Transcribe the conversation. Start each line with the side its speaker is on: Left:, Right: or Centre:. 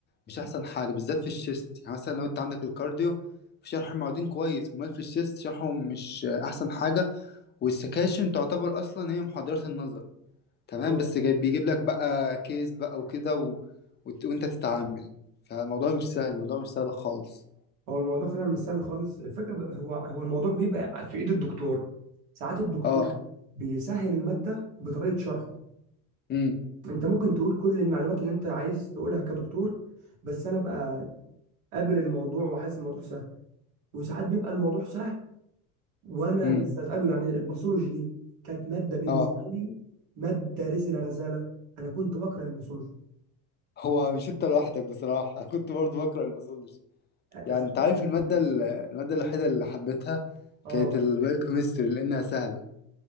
Left: مش احسن حاجه بالذات في الشيست يعني مثلا لو انت عندك الكارديو في شرح المعيدين كويس امال في الشيست شرحهم مش احسن حاجه والسكاشن تعتبر اصلا هي محاضرة النظري تمام
Right: اه
Left: بس جاي بيجيب لك بقى كيس بقى وكده و... وت- وانت تتعامل فالموضوع مش سهل الموضوع مش سهل خالص
Right: هو الموضوع فعلا مش سهل خالص الفكره ب- هو هو الموضوع بيبقى في ايد الدكتور ساعات الدكتور
Left: اه
Right: بيسهل الماده بطريقه شرحه
Left: امم
Right: انت ممكن تقول كل المعلومات اللي انت عايز تقولها كدكتور بس انا ابقى قابل الموضوع وحاسس الموضوع سهل وساعات بيبقى الموضوع سهل وانا
Left: امم
Right: مستثقله يعني الباثولوجي دي كانت ماده بالنسبه
Left: اه
Right: لي ماده رزله رزاله انا كنت بكره الباثولوجي
Left: هو مش انت لوحدك بصراحة <laughs> كنت برضو بكره الباثولوجي يعني
Right: بس الفكره
Left: انت عارف المادة
Right: في-
Left: ال- المادة الوحيدة اللي حبيتها
Right: اه
Left: كانت البايوكيمستري لانها سهلة